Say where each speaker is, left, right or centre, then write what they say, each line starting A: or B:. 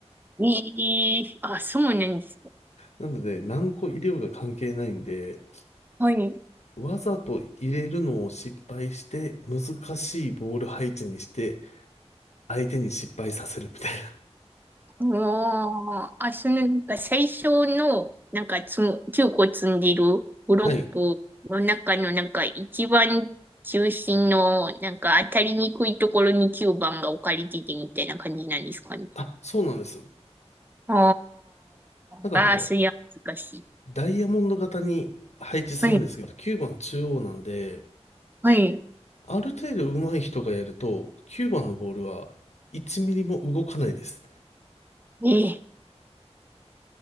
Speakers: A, on the right; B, on the left.
A: ええあ、そうなんですか。
B: なので何個入れようが関係ないんで、
A: はい。
B: わざと入れるのを失敗して、難しいボール配置にして、相手に失敗させるみたいな。
A: ああ、あ、そのなんか最初の、なんかつむ、9個積んでるブロックの中のなんか一番中心のなんか当たりにくいところに9番が置かれててみたいな感じなんですかね。
B: <laughs> はい。あ、そうなんです。
A: あ
B: なんかあの、
A: あ、ああ、そりゃ難しい。
B: ダイヤモンド型に配置するんですけど、
A: はい、
B: 9番中央なんで、
A: はい。
B: ある程度上手い人がやると、9番のボールは1ミリも動かないです。
A: ええ、